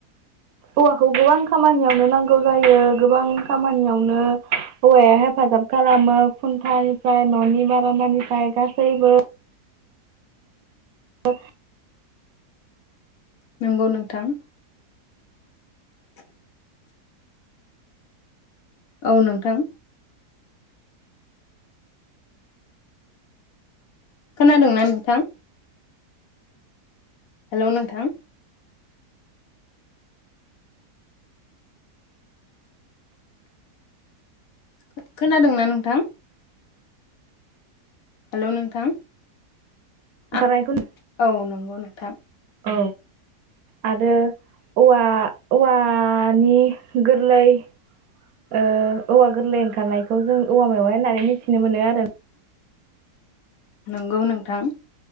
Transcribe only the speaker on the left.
नंगौ नोंथां <unintelligible> औ नोंथां खोनादोंंना नोंथां हेल नोंथां खो खोनादोंना नोंथां हेल नोंथां
आ औ नंगौनो थां
नंगौ नोंथां